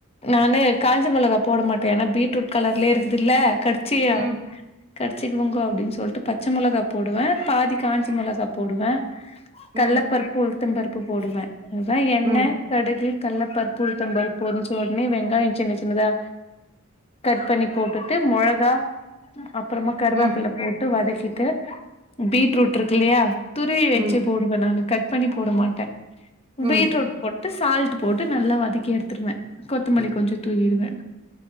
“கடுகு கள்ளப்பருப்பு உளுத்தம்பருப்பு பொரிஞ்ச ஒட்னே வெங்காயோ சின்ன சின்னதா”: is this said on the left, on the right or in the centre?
Left